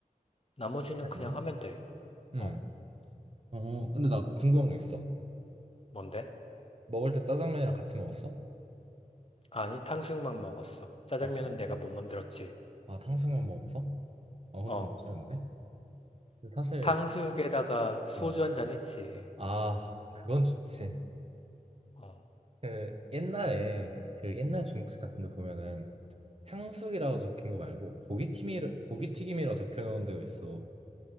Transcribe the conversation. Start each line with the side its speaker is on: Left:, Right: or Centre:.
Left: 나머지는
Right: 다
Left: 그냥
Right: 있네.
Left: 하면 돼. 어,
Right: 응. 어, 근데 나 궁금한 거 있어.
Left: 뭔데?
Right: 먹을 때 짜장면이랑 같이 먹었어?
Left: 아니, 탕수육만 먹었어. 짜장면은
Right: 아, 탕수육.
Left: 내가 못 만들었지.
Right: 아, 탕수육만 먹었어? 아, 그건
Left: 어,
Right: 좀 아쉬운데? 근데 사실,
Left: 탕수육에다가 소주
Right: 어,
Left: 한잔 했지.
Right: 아, 그건 좋지.
Left: 어,
Right: 그, 옛날에, 그 옛날 중국집 같은 데 보면은 탕수육이라고 적힌 거 말고 고기튀김이 고기튀김이라고 적혀놓은 데가 있어.